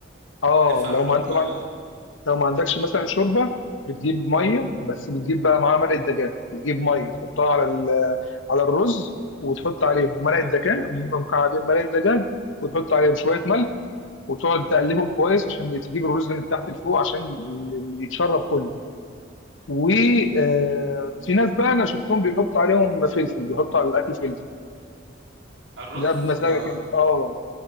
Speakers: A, on the left (about 90°); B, on the right (about 70°).
A: اه
B: ينفع اعمله
A: لو ما
B: بمية
A: انت ما عن- لو ما عندكش مثلا شوربه بتجيب ميه بس بتجيب بقى معاها مرقه دجاج بتجيب ميه تحطها على ال... على الرز وتحط عليهم مرقه دجاج مكعبين مرقه دجاج وتحط عليهم شويه ملح وتقعد تقلبهم كويس عشان تجيب الرز من تحت لفوق عشان ي- ي- يتشرب كله وفي ناس بقى انا شفتهم بيحطوا عليهم فلفل بيحطوا على الاكل فلفل
B: على الرز
A: ده بمزاجك
B: ما
A: انت اه